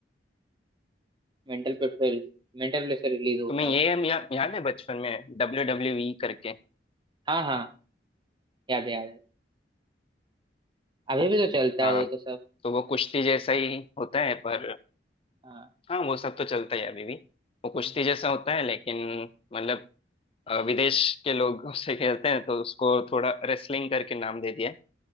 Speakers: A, on the right; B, on the left.
A: mental pressure mental pressure release होता
B: तुम्हें
A: है
B: ये
A: उससे
B: या, याद है बचपन में डब्ल्यू डब्ल्यू ई करके
A: हाँ हाँ याद है याद है अभी भी तो चलता है
B: हाँ
A: वो तो सब
B: तो वो कुश्ती जैसा ही होता है पर
A: हाँ
B: हाँ वो सब तो चलता है अभी भी वो कुश्ती
A: हम्म,
B: जैसा होता है लेकिन मतलब अ, विदेश के लोग <laughs> उसे खेलते हैं तो उसको थोड़ा रेसलिंग करके नाम दे दिया है